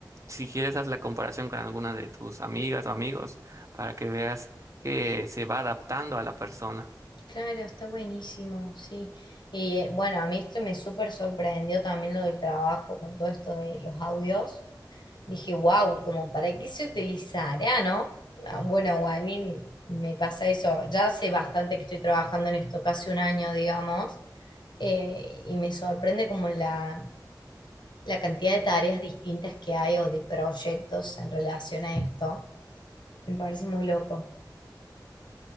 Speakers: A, on the right; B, on the left.
A: Si quieres, haz la comparación con alguna de tus amigas o amigos para que veas que se va adaptando a la persona.
B: Claro, está buenísimo, sí. Y eh, bueno, a mí esto me súper sorprendió también lo del trabajo con todo esto de los audios. Dije, wow, como para qué se utilizará, ¿no? Ah, Bueno, a mí me pasa eso. Ya hace bastante que estoy trabajando en esto, casi un año, digamos, eh, y me sorprende como la, la cantidad de tareas distintas que hay o de proyectos en relación a esto. Me parece muy loco.